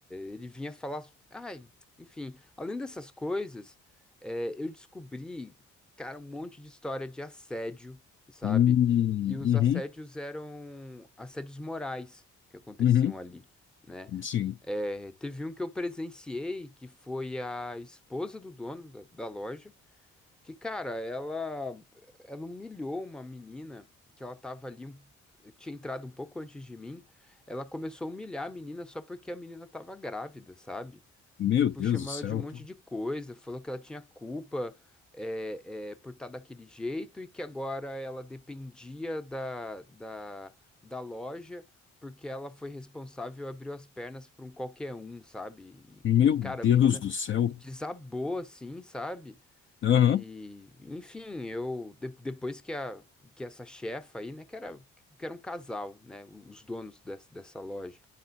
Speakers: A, in the centre; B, on the left.
A: ele vinha falar. so-, Ai, enfim, além dessas coisas, é, eu descobri, cara, um monte de história de assédio, sabe?
B: Hum,
A: E os
B: Uhum,
A: assédios eram assédios morais que aconteciam
B: uhum,
A: ali, né?
B: sim.
A: É, teve um que eu presenciei que foi a esposa do dono da da loja. Que, cara, ela, ela humilhou uma menina que ela tava ali, um- tinha entrado um pouco antes de mim. Ela começou a humilhar a menina só porque a menina tava grávida, sabe?
B: Meu
A: Tipo,
B: Deus
A: chamou
B: do céu.
A: ela de um monte de coisa, falou que ela tinha culpa é, é, por estar daquele jeito e que agora ela dependia da, da, da loja porque ela foi responsável e abriu as pernas pra um qualquer um, sabe?
B: Meu
A: E, e, cara,
B: Deus
A: a menina
B: do céu.
A: desabou assim, sabe?
B: Aham,
A: E, enfim, eu de- depois que a que essa chefa aí, né, que era que era um casal, né, os donos dessa, dessa loja.